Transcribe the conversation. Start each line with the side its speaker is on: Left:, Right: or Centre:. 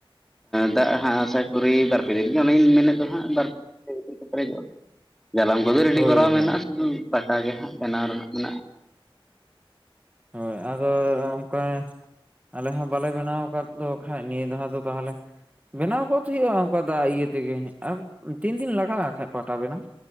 Centre: ᱫᱟᱜ ᱦᱟᱸᱜ ᱟᱥᱟ ᱠᱚᱨᱤ ᱵᱟᱨ ᱯᱮ ᱫᱤᱱ ᱜᱮ ᱚᱱᱟ ᱜᱮᱧ ᱢᱮᱱᱮᱫ ᱫᱚ ᱦᱟᱸᱜ ᱵᱟᱨ ᱯᱮ ᱫᱤᱱ <unintelligible> ᱯᱮᱨᱮᱡᱚᱜᱼᱟ᱾ ᱡᱟᱞᱟᱢ ᱠᱚᱫᱚ ᱨᱮᱰᱤ
Right: ᱦᱳᱭ
Centre: ᱠᱚᱨᱟᱣ ᱢᱮᱱᱟᱜᱼᱟ
Right: ᱦᱳᱭ
Centre: ᱥᱩᱫᱩ ᱯᱟᱴᱟ ᱜᱮ ᱦᱟᱸᱜ ᱵᱮᱱᱟᱣ ᱨᱮᱱᱟᱜ ᱢᱮᱱᱟᱜᱼᱟ᱾
Right: ᱦᱳᱭ ᱟᱫᱚ ᱚᱱᱠᱟ, ᱟᱞᱮ ᱦᱚᱸ ᱵᱟᱞᱮ ᱵᱮᱱᱟᱣ ᱟᱠᱟᱫ ᱫᱚ ᱠᱷᱟᱡ ᱱᱤᱭᱟᱹ ᱫᱷᱟᱣ ᱫᱚ ᱛᱟᱦᱚᱞᱮ, ᱵᱮᱱᱟᱣ ᱜᱚᱫ ᱦᱩᱭᱩᱜᱼᱟ ᱚᱱᱠᱟ ᱫᱟᱜ ᱤᱭᱟᱹ ᱛᱮᱜᱮ ᱟᱨ ᱛᱤᱱ ᱫᱤᱱ ᱞᱟᱜᱟᱜᱼᱟ ᱠᱷᱟᱱ ᱯᱟᱴᱟ ᱵᱮᱱᱟᱣ,